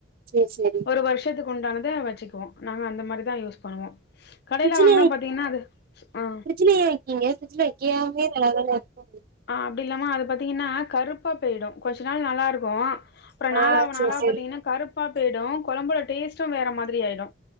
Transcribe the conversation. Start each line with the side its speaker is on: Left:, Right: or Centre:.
Right: சேரி சேரி
Left: ஒரு வருஷத்துக்கு உண்டானத வச்சுக்குவோ நாங்க அந்த மாரிதா யூஸ் பண்ணுவோ கடையில
Right: ஃப்ரிட்ஜ்லே
Left: வாங்குனா பாத்தீங்கன்னா அது ஆ
Right: பிரிட்ஜ்லயா வக்கீங்க பிரிட்ஜ் ல வைக்காமே நல்ல தான இருக்கும்
Left: ஆ அப்டி இல்லாம அது பாத்தீங்கன்னா கருப்பா போய்டு கொஞ்ச நாள் நல்லா இருக் கு அப்றோ
Right: ஆ
Left: நாளாவ
Right: சேரி
Left: நாளாவ
Right: சேரி
Left: பாத்தீங்கன்னா கருப்பா போய்டு கொழம்புல டேஸ்ட்டு வேற மாதிரி ஆயிடு